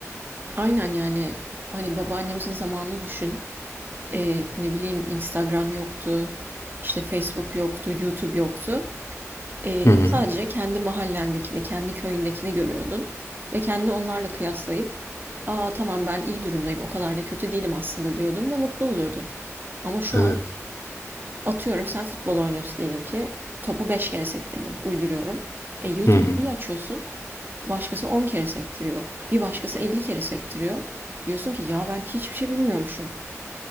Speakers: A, on the right; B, on the left.
A: Aynen yani hani babaannemizin zamanını düşün. Eee, ne bileyim Instagram yoktu, işte Facebook yoktu, YouTube yoktu. Eee,
B: Hı hı.
A: sadece kendi mahallendekini, kendi köyündekini görüyordun ve kendini onlarla kıyaslayıp aa tamam ben iyi durumdayım, o kadar da kötü değilim aslında." diyordun ve mutlu oluyordun. Ama şu
B: Evet.
A: an atıyorum sen futbol oynuyorsun diyelim ki topu 5 kere sektirdin, uyduruyorum. E, YouTube'u
B: Hı hı.
A: bir açıyorsun, başkası 10 kere sektiriyor, bir başkası 50 kere sektiriyor. Diyorsun ki ya ben hiçbir şey bilmiyormuşum.